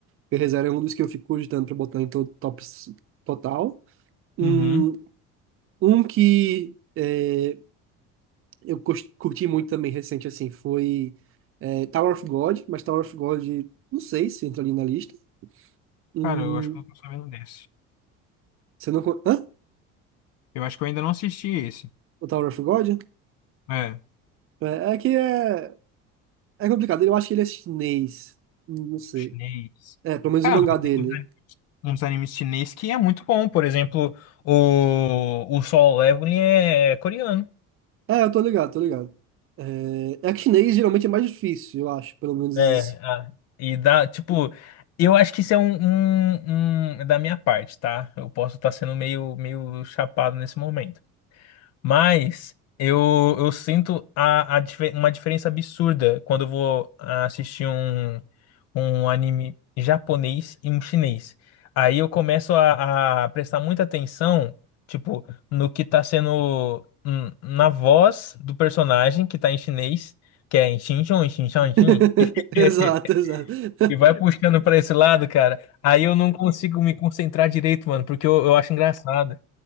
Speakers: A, on the right; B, on the left.
A: porque ReZero é um dos que eu fico cogitando pra botar em todo top s- total. Um,
B: Uhum.
A: um que é, eu cos- curti muito também recente assim foi é, Tower of God, mas Tower of God, não sei se entra ali na lista. Hum,
B: Cara, eu acho que eu não tô sabendo desse.
A: você não. con- Hã?
B: Eu acho que eu ainda não assisti esse.
A: O Tower of God?
B: É,
A: É, é que é, é complicado, eu acho que ele é chinês, não sei.
B: chinês.
A: É, pelo menos
B: Cara,
A: o mangá
B: mas
A: dele.
B: tem uns uns animes chinês que é muito bom. Por exemplo, o, o Solo Leveling é é coreano.
A: É, eu tô ligado, tô ligado. É, é que chinês geralmente é mais difícil, eu acho, pelo menos isso.
B: É, ah, e dá, tipo, eu acho que isso é um, um- um- da minha parte, tá? Eu posso estar sendo meio, meio chapado nesse momento. Mas eu, eu sinto a, a dife- uma diferença absurda quando eu vou assistir um, um anime japonês e um chinês. Aí eu começo a, a prestar muita atenção, tipo, no que tá sendo hum, na voz do personagem que tá em chinês, que é em xin chon, xin chon, xin.
A: <laughs>
B: <laughs>
A: Exato, exato.
B: E vai puxando pra esse lado, cara. Aí eu não consigo me concentrar direito, mano, porque eu, eu acho engraçado.